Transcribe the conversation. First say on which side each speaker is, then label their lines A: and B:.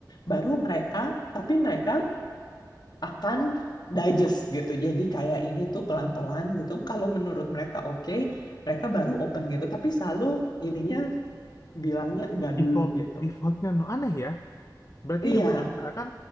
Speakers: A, on the left; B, on the left.
A: baru mereka, tapi mereka akan digest gitu. Jadi kayak ini tuh pelan-pelan gitu. Kalau menurut mereka oke, mereka baru open gitu. Tapi selalu ininya bilangnya enggak
B: default
A: dulu gitu.
B: defaultnya no aneh ya. Berarti
A: Iya,
B: mereka akan